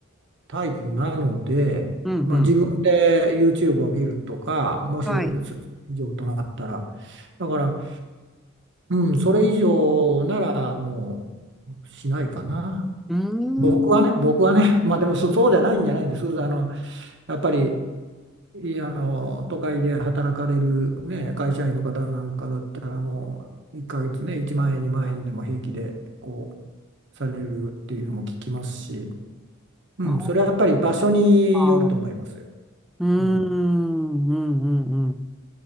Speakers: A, on the right (about 60°); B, in the centre.
A: タイプなので、
B: うんうん。
A: まあ、自分で YouTube を見るとか、もしそ以上となったら、
B: はい。
A: だから、うん、それ以上ならもうしないかな。
B: うー
A: 僕はね、
B: ん。
A: 僕はね、<laughs> まあでもそ、そうじゃないんじゃないんです。あの、やっぱり、いあの、都会で働かれる、ね、会社員の方なんかだったら、もう1ヶ月ね、1万円、2万円でも平気で、こう、されるっていうのも聞きますし、うん、
B: あ
A: それはやっぱり場所によると思いますよ。
B: あ。うーん。
A: うん、
B: うんうんうん。